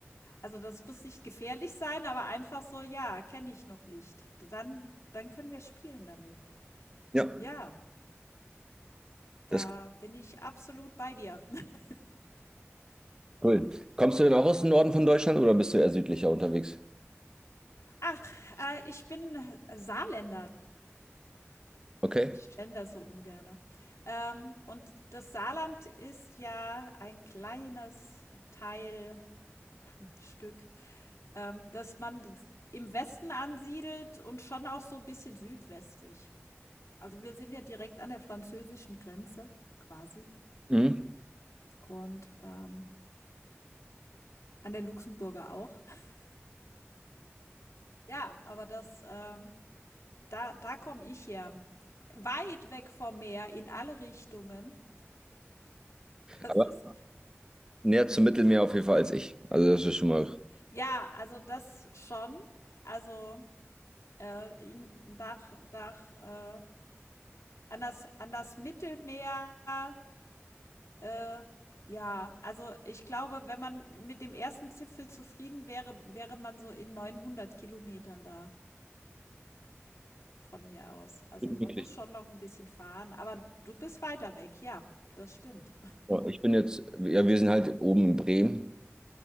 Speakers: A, on the left (about 80°); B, on the right (about 15°).
A: Also, das muss nicht gefährlich sein, aber einfach so: „Ja, kenne ich noch nicht.“ dann dann können wir spielen damit.
B: Ja,
A: Ja, da
B: das ist
A: bin ich absolut bei dir. <laughs>
B: cool. Kommst du denn auch aus dem Norden von Deutschland oder bist du eher südlicher unterwegs?
A: Ach, äh, ich bin Saarländerin.
B: Okay.
A: Ich gender so ungerne. Ähm, und das Saarland ist ja ein kleines Teil Stück, ähm, dass man das im Westen ansiedelt und schon auch so ein bisschen südwestlich. Also, wir sind ja direkt an der französischen Grenze quasi
B: Mhm.
A: und, ähm, an der Luxemburger auch. <laughs> Ja, aber das, ähm da da komme ich her. Weit weg vom Meer in alle Richtungen. <laughs> Das
B: Aber
A: ist
B: näher zum Mittelmeer auf jeden Fall als ich. Also das ist schon mal
A: ja, also, das schon. Also, äh, in nach nach, äh, an das an das Mittelmeer Äh, ja, also ich glaube, wenn man mit dem ersten Zipfel zufrieden wäre, wäre man so in 900 Kilometern da von mir aus. Also
B: Gut
A: man
B: möglich.
A: muss schon noch ein bisschen fahren, aber du bist weiter weg, ja, das stimmt.
B: Ja, Ich bin jetzt, ja, wir sind halt oben in Bremen